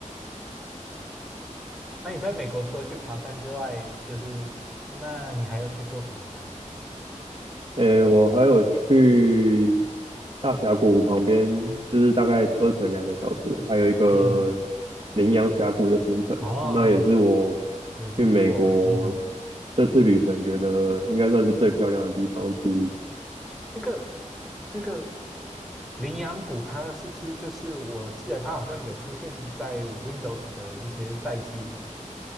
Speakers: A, in the centre; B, on the right (about 40°).
A: 那你在美国除了去爬山之外，就是那你还要去做什么吗？
B: 诶，我还有去大峡谷旁边，就是大概车程两个小时，还有一个
A: 嗯，
B: 羚羊峡谷的行程，
A: 啊，哦哦我有听过，
B: 那也是我去美国
A: 嗯哼。
B: 这次旅程觉得应该算是最漂亮的地方之一。
A: 那个那个羚羊谷，它是不是就是我记得它好像有出现在 Windows 的一些待机，